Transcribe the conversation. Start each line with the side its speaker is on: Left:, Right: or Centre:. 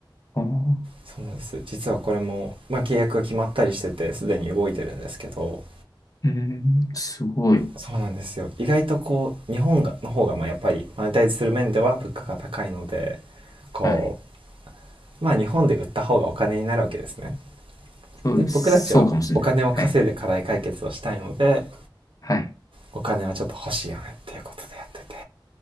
Left: あー
Right: そうなんです実はこれも、まあ、契約が決まったりしててすでに動いてるんですけど
Left: ええすごい。
Right: そうなんですよ意外とこう日本がの方がまあやっぱりマネタイズする面では物価が高いのでこ
Left: はい。
Right: うまあ日本で売った方がお金になるわけですね
Left: そうです。
Right: で僕たちはお金を稼いで課題解決をしたいので
Left: そうかもしれない。はい。はい。
Right: お金はちょっと欲しいよねっていうことでやってて